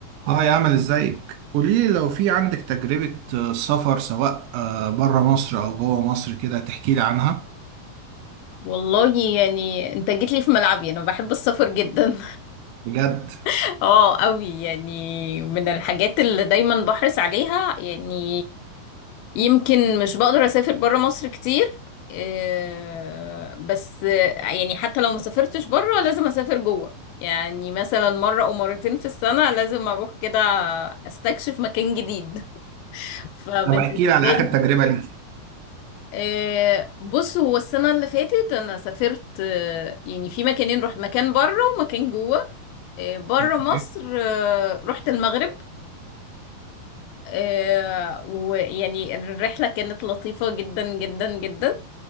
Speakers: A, on the right (about 80°); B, on the left (about 85°).
A: هاي عامل ازيك قوليلي لو في عندك تجربة آه، سفر سواء بره مصر او جوه مصر كده تحكيلي عنها
B: والله يعني انت جيت لي في ملعبي انا بحب السفر جدا
A: بجد
B: <laughs> اه قوي يعني من الحاجات اللي دايما بحرص عليها يعني يمكن مش بقدر اسافر برا مصر كتير آه، بس آه، يعني حتى لو ما سافرتش برا لازم اسافر جوه يعني مثلا مرة او مرتين في السنة لازم اروح كده استكشف مكان جديد <laughs> فبالنسبة
A: طب احكيلي على
B: لي
A: اخر تجربة ليك
B: آه، بص هو السنة اللي فاتت أنا سافرت آه، يعني في مكانين رحت مكان بره ومكان جوه آه، بره
A: أوكي.
B: مصر آه، رحت المغرب آه، ويعني الرحلة كانت لطيفة جدا جدا جدا